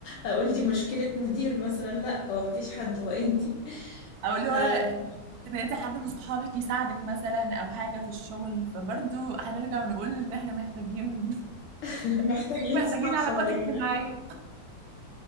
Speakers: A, on the left; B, on the right.
A: اقول دي مشكله مدير مثلا لا هو مفيش حد هو انتي <laughs>
B: او اللي هو تنادي حد من صحابك يساعدك مثلا او حاجه في الشغل فبرضه هنرجع ونقول ان احنا محتاجين
A: ف- محتاجين
B: <laughs> محتاجين
A: صحاب
B: علاقات
A: حوالينا
B: اجتماعيه